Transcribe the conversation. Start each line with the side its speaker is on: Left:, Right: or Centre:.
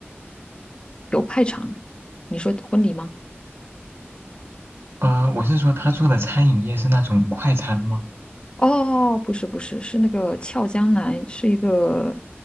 Left: 有派场。你说婚礼吗？
Right: 呃，我是说他做的餐饮业是那种快餐吗？
Left: 哦，不是不是，是那个俏江南，是一个